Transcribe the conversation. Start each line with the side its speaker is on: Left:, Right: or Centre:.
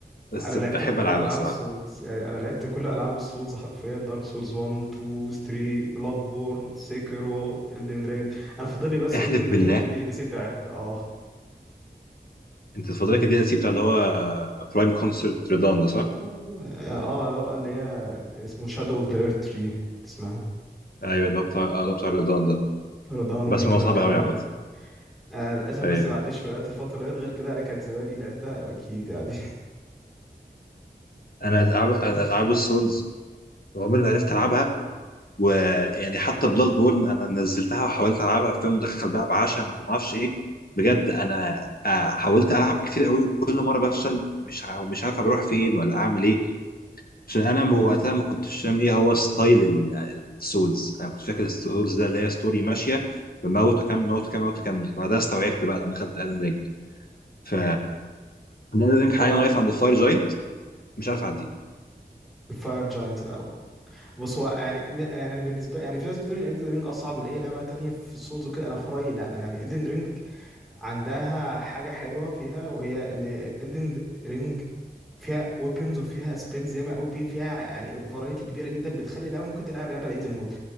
Left: بس
Centre: لا انا لعبت
Left: بحب
Centre: كل
Left: العبها
Centre: العاب
Left: الصراحه
Centre: السولز يعني انا لعبت كل العاب السولز حرفيا دارك سولز 1 2 3 بلاد بورن سيكرو Elden Ring انا فاضل لي بس
Left: احلف
Centre: Elden
Left: بالله
Centre: Ring بالدي ال سي بتاعتها اه
Left: انت الفتره كده الدي ال سي بتاع اللي هو برايم كونسرت ريدان ده صح؟
Centre: اه آه، اللي هي اسمه شادو اوف ذا ايرث 3 اسمها
Left: ايوه اللي هو بتاع اللي هو بتاع ريدان ده
Centre: رضوان وميكلا
Left: بسمع إن هو صعب
Centre: والكلام
Left: قوي
Centre: ده
Left: عامه
Centre: انا للاسف
Left: ايوه
Centre: بس ما عديش وقت الفتره ديت غير كده انا كانت زمالي لعبتها أو اكيد يعني
Left: انا العاب انا
Centre: <laughs>
Left: العاب السولز عمري ما عرفت العبها ويعني حتى بلاد بورن انا نزلتها وحاولت العبها في مدخل بقى بعشم وما اعرفش ايه بجد انا آه، حاولت العب كتير قوي وكل مره بفشل ومش ع- ومش عارف بروح فين ولا اعمل ايه عشان انا م- وقتها ما كنتش فاهم ايه هو ستايل ال- السولز انا كنت فاكر السولز ده اللي هي ستوري ماشيه بموت وكمل موت وكمل موت وكمل بعدها استوعبت بقى لما دخلت الن رينج ف الن رينج حاليا
Centre: هو أنا-
Left: واقف عند الفاير جاينت مش عارف اعديه
Centre: الفاير جاينت أه، بص هو يعني يعني يعني بالنسبه يعني في ناس بتقول ان Elden رينج اصعب من اي لعبه تانية في السولز وكده انا في رايي لا يعني Elden رينج عندها حاجه حلوه فيها وهي ان Elden رينج فيها ويبنز وفيها سبيلز ياما قوي فيها يعني فرايتي كبيره جدا بتخلي اللعبه ممكن تلعب لعبه على ايزي مود